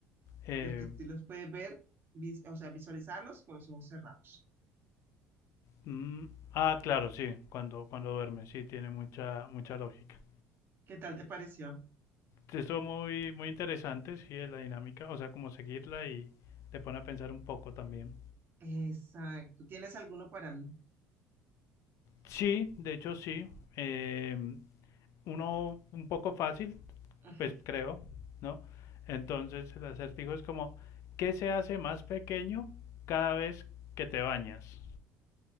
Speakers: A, on the left; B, on the right.
A: eh,
B: porque tú los puedes ver, vis- o sea, visualizarlos con los ojos cerrados.
A: Mm, ah, claro, sí, cuando, cuando duerme, sí, tiene mucha, mucha lógica.
B: ¿Qué tal te pareció?
A: Esto muy, muy interesante, sí, de la dinámica, o sea, como seguirla y te pone a pensar un poco también.
B: Exacto. ¿Tienes alguno para mí?
A: Sí, de hecho sí, eh, uno un poco fácil,
B: Ujú,
A: pues creo, ¿no? Entonces el acertijo es como, ¿qué se hace más pequeño cada vez que te bañas?